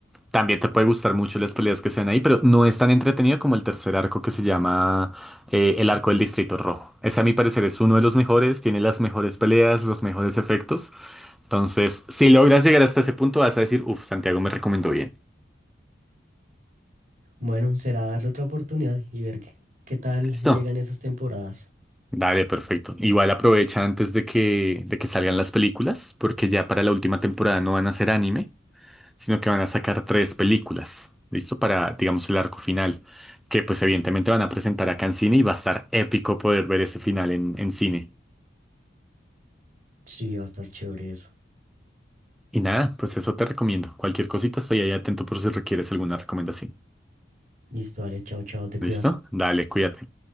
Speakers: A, in the centre; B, on the right (about 45°).
A: También te puede gustar mucho las peleas que sean ahí, pero no es tan entretenida como el tercer arco que se llama eh, el arco del Distrito Rojo. Ese a mi parecer es uno de los mejores, tiene las mejores peleas, los mejores efectos. Entonces, si logras llegar hasta ese punto, vas a decir, uff, Santiago me recomendó bien.
B: Bueno, será darle otra oportunidad y ver qué, qué tal
A: Listo.
B: llegan esas temporadas.
A: Dale, perfecto. Igual aprovecha antes de que, de que salgan las películas, porque ya para la última temporada no van a hacer anime, sino que van a sacar tres películas, ¿listo? Para, digamos, el arco final, que pues evidentemente van a presentar acá en cine y va a estar épico poder ver ese final en, en cine.
B: Sí, va a estar chévere eso.
A: Y nada, pues eso te recomiendo. Cualquier cosita estoy ahí atento por si requieres alguna recomendación.
B: Listo, dale, chao, chao, te cuidas.
A: ¿Listo? Dale, cuídate.